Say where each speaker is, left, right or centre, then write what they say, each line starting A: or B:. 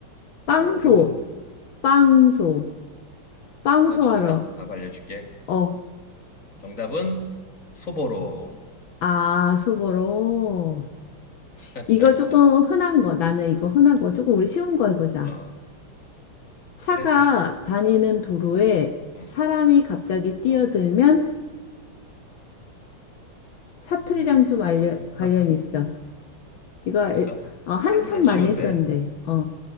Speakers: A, on the left; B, on the left.
A: 빵소,
B: 어, 어려워.
A: 빵소, 빵소
B: 못 맞춘다.
A: 하러.
B: 답 알려줄게.
A: 어,
B: 정답은 소보로.
A: 아, 소 보러.
B: <laughs>
A: 이거 조금 흔한 거. 나는 이거 흔한
B: 어,
A: 거. 조금 우리 쉬운 거 해보자.
B: 어,
A: 차가
B: 그래.
A: 다니는 도로에
B: 음,
A: 사람이 갑자기 뛰어들면
B: 어.
A: 사투리랑
B: 어.
A: 좀 알려, 관련이
B: <laughs>
A: 있어. 이거
B: 잘했어.
A: 에- 어, 한참
B: 안, 안 쉬운데.
A: 많이 했었는데. 어,